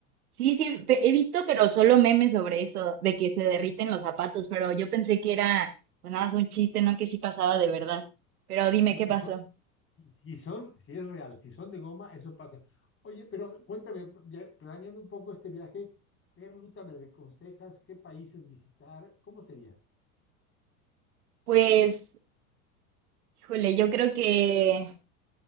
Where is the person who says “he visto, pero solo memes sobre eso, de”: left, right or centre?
Right